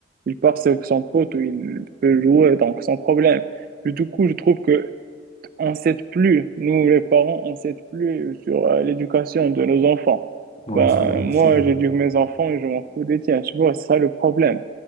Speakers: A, on the right (about 45°); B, on the left (about 30°).
A: il part avec son pote ou il peut jouer, donc sans problème. Mais du coup, je trouve que on s'aide plus, nous les parents, on s'aide plus sur euh, l'éducation de nos enfants.
B: ouais,
A: Ben,
B: c'est vrai,
A: moi,
B: c'est vrai,
A: j'éduque mes enfants et je m'en fous des tiens, tu vois, c'est ça le problème.